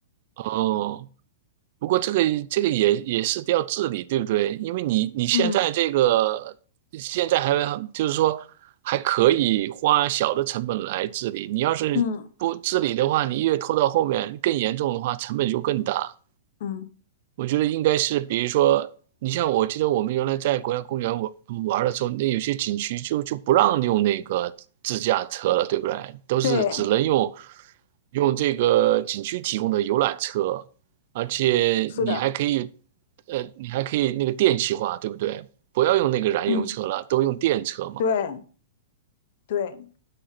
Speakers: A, on the right; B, on the left.
A: 哦，不过这个这个也也是得要治理，对不对？因为你你现在这个现在还就是说还可以花小的成本来治理，
B: 嗯
A: 你要是不治理的话，
B: 嗯
A: 你越拖到后面更严重的话，成本就更大。
B: 嗯，
A: 我觉得应该是，比如说，你像我记得我们原来在国家公园玩玩的时候，那有些景区就就不让用那个自驾车了，对不对？都是只能用
B: 对，
A: 用这个景区提供的游览车，而且你还可以，
B: 是的，
A: 呃，你还可以那个电气化，对不对？不要用那个燃油车了，
B: 嗯，
A: 都用电车嘛。
B: 对对，